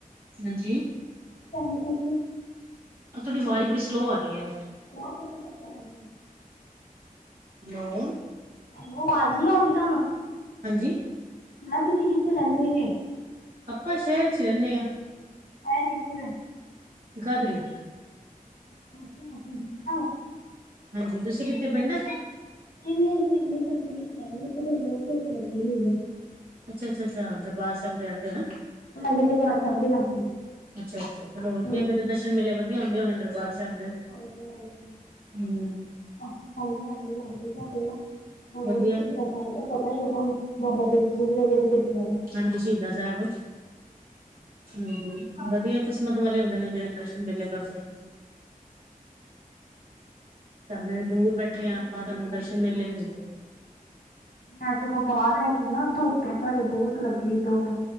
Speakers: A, on the right; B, on the left.
A: ਹਾਂਜੀ।
B: ਤੰਗ ਤੁਸੀ।
A: ਤੁਹਾਡੀ ਆਵਾਜ਼ ਬੜੀ ਸਲੋ ਆ ਰਹੀ ਐ।
B: ਆਪ ਕੋ ਤੋ ਚੱਕਰ ਆਏਗੇ ਨਹੀ।
A: ਹੈਲੋ,
B: ਹੈਲੋ, ਆਵਾਜ਼ ਨੀ ਆਂਦੀ ਤਾਨੂੰ।
A: ਹਾਂਜੀ।
B: ਮੈਂ ਤੁਸੀ ਕਿੱਥੇ ਰੈਂਦੇ ਜੇ?
A: ਅਪਾਂ ਸ਼ੈਰ ਚ' ਰੈਨੇ ਆਂ।
B: ਸ਼ੈਰ ਕਿੱਥੇ ਘਰ?
A: ਜਗਾਧਰੀ।
B: <unintelligible>
A: ਹਾਂਜੀ, ਤੁਸੀ ਕਿੱਥੇ ਪਿੰਡਾਂ ਚ'?
B: ਨਈ- ਨਈ ਅਸੀ ਅੰਮ੍ਰਿਤਸਰ ਦੇ ਵਿੱਚ ਰੈਨੇ ਆਂ, ਐਥੇ ਤੇ ਬੋਤ ਧੋੱਪ ਲੱਗੀ ਹੋਈ ਆ।
A: ਅੱਛਾ- ਅੱਛਾ- ਅੱਛਾ ਦਰਬਾਰ ਸੈਬ ਚ' ਰੈਂਦੇ ਓ ਨਾ।
B: ਹਾਂਜੀ ਦਰਬਾਰ ਸਾਹਿਬ ਦੇ ਲਾਗੇ
A: ਅੱਛਾ- ਅੱਛਾ ਚਲੋ ਵਦੀਐ,
B: ਹਾਂਜੀ
A: ਫੇਰ ਤੇ ਦਰਸ਼ਨ ਦਰਸ਼ਨ ਮੇਲੇ ਵਦੀਆ ਹੁੰਦੇ ਹੋਨੇ ਦਰਬਾਰ ਸਾਹਿਬ ਦੇ।
B: ਹਾਂਜੀ- ਹਾਂਜੀ।
A: ਹੂੰ
B: ਅਸੀਂ ਸਮਣੇ- ਆਮਣੇ ਲੱਗੇ ਸਾਡੇ ਆ। ਨਾਲ
A: ਵਧੀਆ
B: ਸ਼ਹੀਦਾਂ ਸਾਰੇ ਦਾ ਪਤਾ ਹੈਗਾ ਤੁਹਾਨੂੰ, ਬਾਬਾ ਦੀਪ ਸਿੰਘ ਜੀ ਦਾ ਜਿਹੜਾ ਗੁਰਦੁਆਰਾ।
A: ਹਾਂਜੀ ਸ਼ਹੀਦ ਸਾਹਿਬ। ਹਾਂਜੀ। ਵਧੀਆ ਕਿਸਮਤ ਵਾਲੇ ਹੁੰਦੇ ਨੇ ਜਿਹੜੇ ਦਰਸ਼ਨ ਮੇਲੇ ਕਰਦੇ ਨੇ। ਸਾਡੇ ਦੂਰ ਬੈਠੇ
B: ਬਹੁਤ
A: ਹਾਂ ਆਪਾਂ
B: ਗਰਮੀ
A: ਸਾਨੂੰ ਦਰਸ਼ਨ
B: ਹੋਈ
A: ਮੇਲੇ
B: ਸੀ।
A: ਨ ਹੁੰਦੇ।
B: ਮੈਂ ਸੋਂਗ ਕੋਲ ਬਾਹਰ ਆਗੀ ਨਾ ਧੁੱਪ ਹੈ ਸਾਡੇ ਬਹੁਤ ਲੱਗੇ ਸੀ ਧੁੱਪ।